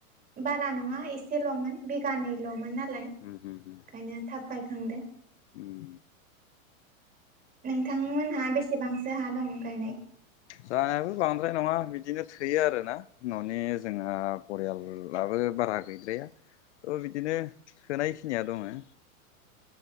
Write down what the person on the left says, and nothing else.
उम उम उम
उम
जाहानियाबो बांद्राय नङा बिदिनो थोयो आरोना न'नि जोंना फरियाललाबो ओ बारा गैद्राया ओ बिदिनो थोनाय खिनिया दङो